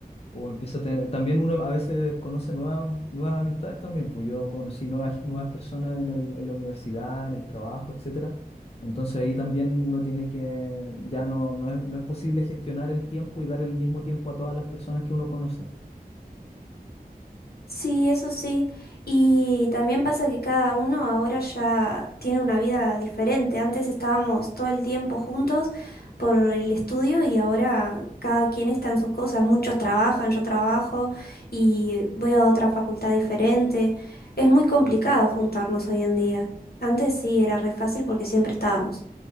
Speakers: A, on the left; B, on the left.
A: o empieza a tener, también uno a veces conoce nuevas, nuevas amistades también, pues yo conocí nuevas, nuevas personas en el- en la universidad, en el trabajo, etcétera. Entonces ahí también uno tiene que, ya no, no es, no es posible gestionar el tiempo y dar el mismo tiempo a todas las personas que uno conoce.
B: Sí, eso sí. Y también pasa que cada uno ahora ya tiene una vida diferente. Antes estábamos todo el tiempo juntos por el estudio y ahora cada quien está en sus cosas. Muchos trabajan, yo trabajo y voy a otra facultad diferente. Es muy complicado juntarnos hoy en día. Antes sí era re fácil porque siempre estábamos.